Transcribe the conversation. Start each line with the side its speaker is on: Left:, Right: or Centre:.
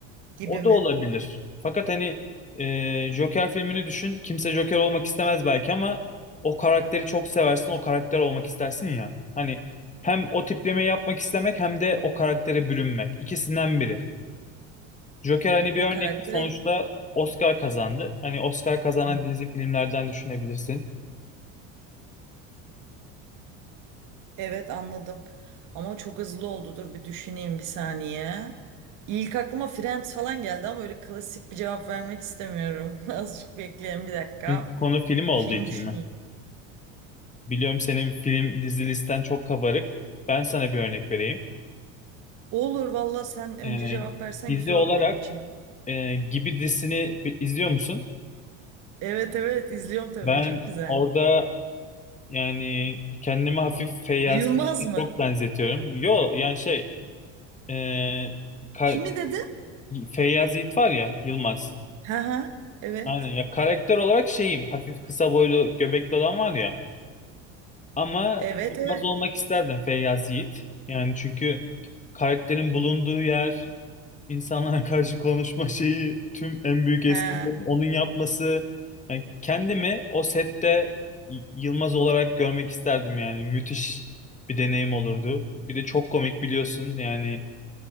Right: gibi
Left: O
Right: mi?
Left: da olabilir. Fakat hani e, Joker filmini düşün. Kimse Joker olmak istemez belki ama o karakteri çok seversin, o karakter olmak istersin ya. Hani hem o tiplemeyi yapmak istemek hem de o karaktere bürünmek. İkisinden biri. Joker hani bir
Right: O
Left: örnek
Right: karaktere
Left: sonuçta Oscar kazandı. Hani Oscar kazanan
Right: Hı.
Left: dizi filmlerden düşünebilirsin.
Right: Evet anladım. Ama çok hızlı oldu. Dur bir düşüneyim bir saniye. İlk aklıma Friends falan geldi ama öyle klasik bir cevap vermek istemiyorum. <laughs> Azıcık bekleyin bir dakika.
Left: Çünkü konu film olduğu
Right: Film
Left: için
Right: düşüneyim.
Left: mi? Biliyorum senin film dizi listen çok kabarık. Ben sana bir örnek vereyim.
Right: Olur valla sen önce
Left: E,
Right: cevap versen
Left: dizi
Right: güzel
Left: olarak
Right: olur benim için de.
Left: e, Gibi dizisini bi- izliyor musun?
Right: Evet evet izliyorum tabii
Left: Ben
Right: çok güzel.
Left: orada yani kendimi hafif Feyyaz'la
Right: Yılmaz mı?
Left: çok benzetiyorum. Yo yani şey e, ka-
Right: Kimi dedin?
Left: Feyyaz Yiğit var ya Yılmaz.
Right: Ha ha evet.
Left: Aynen ya karakter olarak şeyim hafif kısa boylu göbekli olan var ya. Ama
Right: Evet
Left: Yılmaz
Right: evet.
Left: olmak isterdim Feyyaz Yiğit. Yani çünkü karakterin bulunduğu yer insanlara karşı konuşma şeyi tüm en büyük eskilerin
Right: Ha
Left: onun yapması. Yani kendimi o sette Y- Yılmaz olarak görmek isterdim yani. Müthiş bir deneyim olurdu. Bir de çok komik biliyorsun yani.